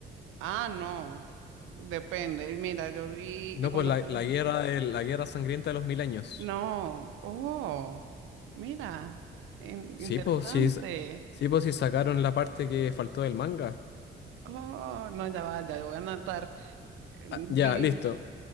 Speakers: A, on the right; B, on the left.
A: Ah, no. Depende. Mira, yo vi
B: No,
A: y cuando
B: pues la,
A: sale.
B: la guerra de, la guerra sangrienta de los mil años.
A: No. Oh, mira. In-
B: Sí,
A: interesante.
B: pues sí, s- sí, pues sí sacaron la parte que faltó del manga.
A: Oh, no, ya va, ya yo voy a anotar. eh, Bleach.
B: Ah, ya, listo.